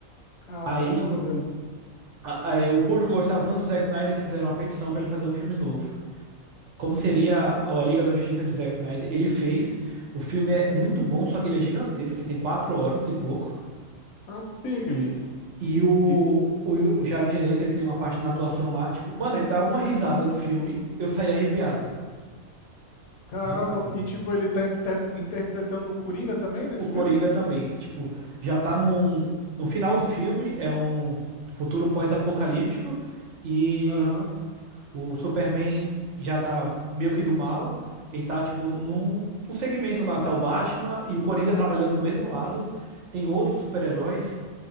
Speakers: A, on the left; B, on the right.
A: caramba,
B: Aí
A: velho,
B: a- a- eh, o público gostava tanto do Zack Snyder que fizeram uma petição para ele fazer um filme novo. Como seria a a Liga da Justiça de Zack Snyder? Ele fez. O filme é muito bom, só que ele é gigantesco. Ele tem quatro horas e pouco.
A: tá pega ali.
B: E o,
A: E,
B: o, o Jared Leto, ele tem uma parte na atuação lá, tipo, mano, ele dá uma risada no filme, eu saí arrepiado.
A: caramba,
B: Arrepiado.
A: e, tipo, ele tá inter- interpretando o Coringa também nesse
B: O Coringa
A: filme?
B: também, tipo, já tá num, no final do filme, é um futuro pós-apocalíptico e
A: Aham,
B: o Superman já tá meio que do mal e tá, tipo, num, num segmento lá, tá o Batman e o Coringa trabalhando do mesmo lado, tem outros super-heróis,